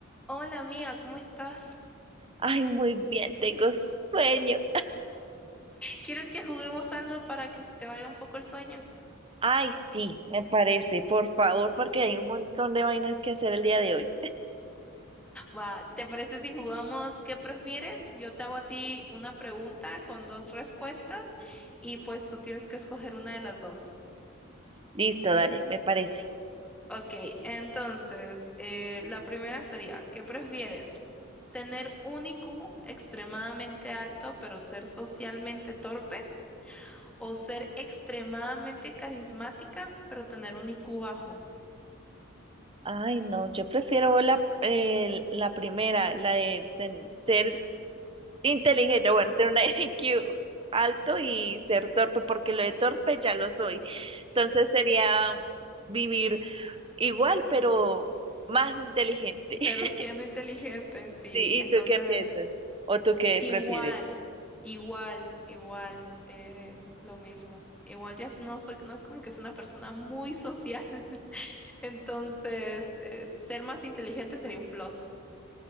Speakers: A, in the centre; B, on the right (about 25°).
A: Hola amiga, ¿cómo estás?
B: Ay, muy bien, tengo sueño.
A: ¿Quieres que juguemos algo para que se te vaya un poco el sueño?
B: Ay, sí, me parece, por favor, porque hay un montón de vainas que hacer el día de hoy.
A: Va, ¿te parece si jugamos qué prefieres? Yo te hago a ti una pregunta con dos respuestas y pues tú tienes que escoger una de las dos.
B: Listo, dale, me parece.
A: Ok, entonces eh, la primera sería, ¿qué prefieres? ¿Tener un I Q extremadamente alto pero ser socialmente torpe o ser extremadamente carismática pero tener un I Q bajo?
B: Ay, no, yo prefiero la, eh, la primera, la de, ten- ser inteligente, bueno, tener un <laughs> IQ alto y ser torpe, porque lo de torpe ya lo soy. Entonces sería vivir igual, pero más inteligente. <laughs>
A: pero siendo inteligente, sí.
B: Sí,
A: Entonces,
B: ¿y tú qué piensas? ¿O tú qué
A: igual,
B: prefieres?
A: igual, igual, eh, lo mismo. Igual ya no soy, no es como que sea una persona muy social, <laughs> entonces eh, ser más inteligente sería un plus.